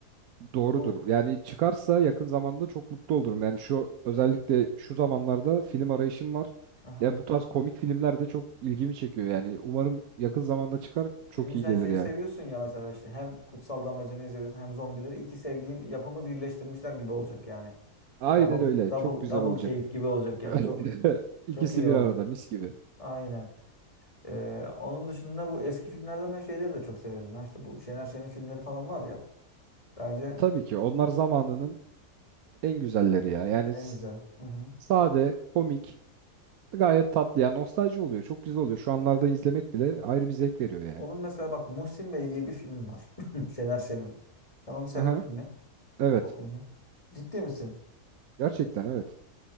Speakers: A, on the right; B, on the left.
A: Doğrudur.
B: bu
A: Yani çıkarsa yakın zamanda çok mutlu olurum. Yani şu özellikle şu zamanlarda film arayışım var.
B: aha.
A: Ya bu tarz komik filmler de çok ilgimi çekiyor yani. Umarım yakın zamanda çıkar,
B: Şimdi
A: çok iyi
B: sen
A: gelir
B: şeyi
A: ya.
B: seviyorsun ya mesela işte hem kutsal damacanayı seviyorsun hem zombileri. İki sevdiğin yapımı birleştirmişler gibi olacak yani.
A: Aynen
B: Double
A: öyle.
B: double
A: Çok güzel
B: double
A: olacak.
B: keyif gibi olacak
A: <laughs>
B: yani. Çok
A: İkisi
B: çok iyi
A: bir
B: oldu.
A: arada mis gibi.
B: Aynen. Ee, onun dışında bu eski filmlerden ben şeyleri de çok severim. Ya işte bu Şener Şen'in filmleri falan var ya. Bence
A: Tabii ki onlar zamanının en güzelleri ya. Yani
B: en
A: s-
B: güzel. Hı hı.
A: sade, komik, gayet tatlı. Yani nostalji oluyor. Çok güzel oluyor. Şu anlarda izlemek bile ayrı bir zevk veriyor yani.
B: Onun mesela bak Muhsin Bey diye bir film var. <laughs> Şener Şen'in. Sen onu seyrettin
A: Aha,
B: mi?
A: evet.
B: O filmi. Ciddi misin?
A: Gerçekten evet.